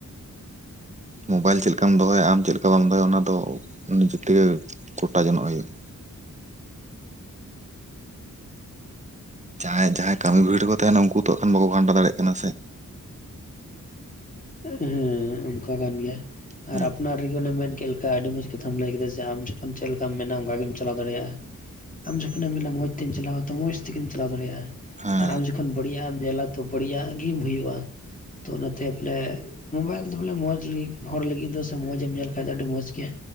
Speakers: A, on the right (about 20°); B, on the left (about 25°).
A: ᱢᱳᱵᱟᱭᱤᱞ ᱪᱮᱫ ᱞᱮᱠᱟᱢ ᱫᱚᱦᱚᱭᱟ ᱟᱢ ᱪᱮᱫ ᱞᱮᱠᱟ ᱵᱟᱢ ᱫᱚᱦᱚᱭᱟ ᱚᱱᱟ ᱫᱚ ᱱᱤᱡᱮ ᱛᱮᱜᱮ ᱠᱚᱴᱟ ᱡᱚᱱᱚᱜ ᱦᱩᱭᱩᱜᱼᱟ᱾ ᱡᱟᱦᱟᱸᱭ ᱡᱟᱦᱟᱸᱭ ᱠᱟᱹᱢᱤ ᱵᱷᱤᱲ ᱨᱮᱠᱚ ᱛᱟᱦᱮᱱᱟ ᱩᱱᱠᱩ ᱛᱚ ᱮᱠᱷᱟᱱ ᱵᱟᱠᱚ ᱜᱷᱟᱱᱴᱟ ᱫᱟᱲᱮᱭᱟᱜ ᱠᱟᱱᱟ ᱥᱮ᱾
B: ᱦᱮᱸ ᱚᱱᱠᱟ ᱠᱟᱱ ᱜᱮᱭᱟ
A: ᱦᱮᱸ
B: ᱟᱨ ᱟᱯᱱᱟᱨ ᱨᱮᱜᱮ ᱚᱱᱮᱢ ᱢᱮᱱᱠᱮᱫ ᱟᱹᱰᱤ ᱢᱚᱸᱡᱽ ᱠᱟᱛᱷᱟᱢ ᱞᱟᱹᱭ ᱠᱮᱫᱟ ᱡᱮ ᱟᱢ ᱡᱚᱠᱷᱚᱱ ᱪᱮᱫ ᱞᱮᱠᱟᱢ ᱢᱮᱱᱟ ᱚᱱᱠᱟ ᱜᱮᱢ ᱪᱟᱞᱟᱣ ᱫᱟᱲᱮᱭᱟᱜᱼᱟ᱾ ᱟᱢ ᱡᱚᱠᱷᱚᱱ ᱮᱢ ᱢᱮᱱᱟ ᱢᱚᱡᱽᱛᱮᱢ ᱪᱟᱞᱟᱣᱟ ᱛᱚ ᱢᱚᱡᱽ ᱛᱮᱜᱮᱢ ᱪᱟᱞᱟᱣ ᱫᱟᱲᱮᱭᱟᱜᱼᱟ᱾
A: ᱦᱮᱸ
B: ᱟᱨ ᱟᱢ ᱡᱚᱠᱷᱚᱱ ᱵᱟᱲᱤᱡᱟᱜ ᱮᱢ ᱧᱮᱞᱟ ᱛᱚ ᱵᱟᱲᱤᱡᱟᱜ ᱜᱮ ᱦᱩᱭᱩᱜᱼᱟ ᱛᱚ ᱚᱱᱟᱛᱮ ᱵᱚᱞᱮ ᱢᱳᱵᱟᱭᱤᱞ ᱫᱚ ᱵᱚᱞᱮ ᱢᱚᱡᱽ ᱞᱟᱹᱜᱤᱫ ᱦᱚᱲ ᱞᱟᱹᱜᱤᱫ ᱫᱚ ᱥᱮ ᱢᱚᱡᱽ ᱮᱢ ᱧᱮᱞ ᱠᱷᱟᱱᱡ ᱫᱚ ᱟᱹᱰᱤ ᱢᱚᱸᱡᱽ ᱜᱮᱭᱟ᱾